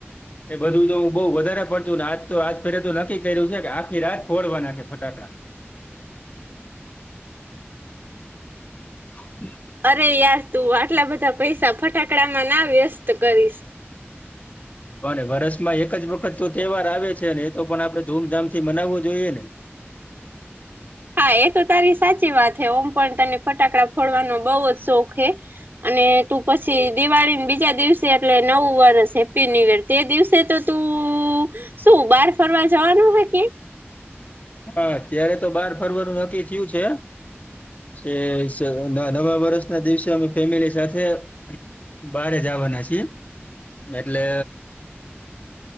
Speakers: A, on the left; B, on the right.
A: એ બધું તો હું બહુ વધારે પડતુંને આજ તો આજ ફે તો નક્કી કર્યું છે કે આખી રાત ફોડવાના છે ફટાકડા હમૂઊુૂ
B: અરે યાર તું આટલા બધા પૈસા ફટાકડામાં ના વ્યસ્ત કરીશ
A: ને વરષમાં એક જ વખત તો તહેવાર આવે છે ને એ તો પણ આપડણે ધૂમધામ થી મનાવવો જોઈએ ને
B: હા એ તો તારી સાચી વાત હ ઓમ પણ તને ફટાકડા ફોડવાનો બહુ જ શોખ હ અને તું પછી દિવાળીને બીજા દિવસે એટલે નવું વરષ હેપી ન્યૂ ર તે દિવસે તો તું શું બાર ફરવા જવાનું હોય કે
A: હાત્યારે તો બાર ફરવરી નક્કી થયું છે એ નવા વર્ષના દિવસે અમે ફેમિલી સાથે બારે જવાના છીએ એટલે